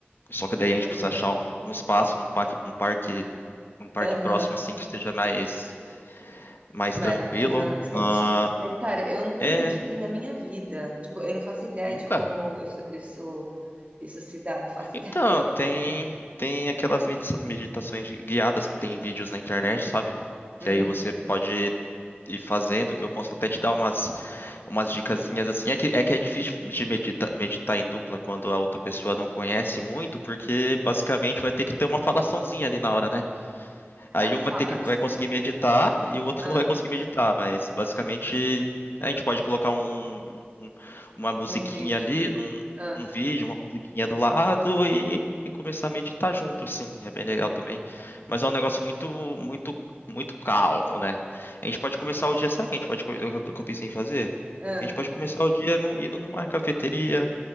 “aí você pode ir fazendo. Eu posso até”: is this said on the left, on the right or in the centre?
Left